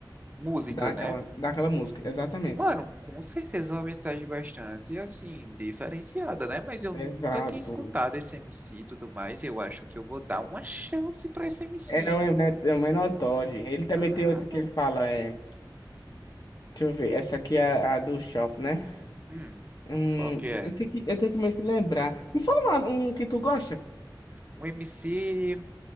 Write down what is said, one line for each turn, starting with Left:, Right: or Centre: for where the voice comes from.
Right: Música,
Left: daquela,
Right: né?
Left: daquela música. Exatamente.
Right: Mano, com certeza é uma mensagem bastante, assim, diferenciada, né? Mas eu nunca
Left: Exato.
Right: tinha escutado esse MC e tudo mais. Eu acho que eu vou dar uma chance pra esse MC,
Left: É
Right: hein?
Left: o Emet- é o Menor Todd. Ele também
Right: Ah,
Left: tem outro que ele fala, é, deixa eu ver, essa aqui é a do Shop, né?
Right: hum,
Left: Hum,
Right: qual que é?
Left: eu tenho que, eu tenho que meio que lembrar. Me fala uma- um que tu gosta.
Right: O MC,